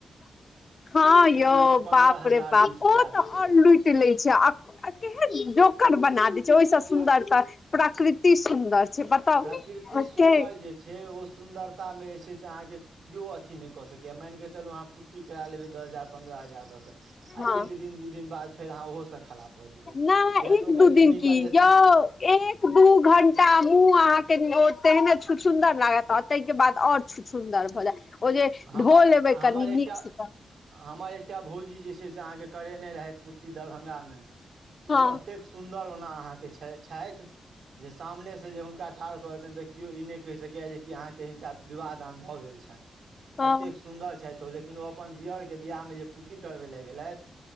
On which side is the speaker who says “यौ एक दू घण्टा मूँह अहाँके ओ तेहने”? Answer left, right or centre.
Left